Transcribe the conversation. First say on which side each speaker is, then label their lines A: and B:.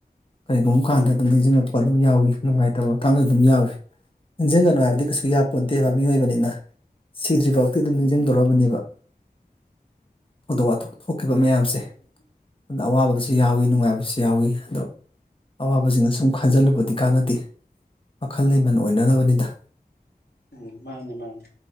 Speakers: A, on the left; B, on the left.
A: ꯀꯩꯒꯨꯝ ꯀꯥꯟꯗ ꯑꯗꯨꯝ ꯅꯤꯡꯖꯤꯡꯉꯛꯄ ꯑꯗꯨꯝ ꯌꯥꯎꯏ ꯅꯨꯡꯉꯥꯏꯇꯕ ꯃꯇꯥꯡꯁꯨ ꯑꯗꯨꯝ ꯌꯥꯎꯏ ꯅꯤꯡꯖꯤꯡꯒꯅꯨ ꯍꯥꯏꯕꯗꯤ ꯀꯩꯁꯨ ꯌꯥꯄꯣꯟꯇꯦꯕ ꯃꯤꯑꯣꯏꯕꯅꯤꯅ ꯁꯤꯗ꯭ꯔꯤꯐꯥꯎꯇꯤ ꯑꯗꯨꯝ ꯅꯤꯡꯖꯤꯡꯗꯣꯔꯕꯅꯦꯕ ꯊꯧꯗꯣꯛ ꯋꯥꯊꯣꯛ ꯊꯣꯛꯈꯤꯕ ꯃꯌꯥꯝꯁꯦ ꯑꯗꯨꯗ ꯑꯋꯥꯕꯁꯨ ꯌꯥꯎꯋꯤ ꯅꯨꯡꯉꯥꯏꯕꯁꯨ ꯌꯥꯎꯏ ꯑꯗꯣ ꯑꯋꯥꯕꯁꯤꯡꯗꯣ ꯁꯨꯝ ꯈꯟꯖꯤꯜꯂꯨꯕꯗꯤ ꯀꯥꯟꯅꯗꯦ ꯋꯥꯈꯜ ꯂꯩꯃꯟ ꯑꯣꯏꯅꯅꯕꯅꯤꯗ
B: ꯎꯝ ꯃꯥꯅꯤ ꯃꯥꯅꯤ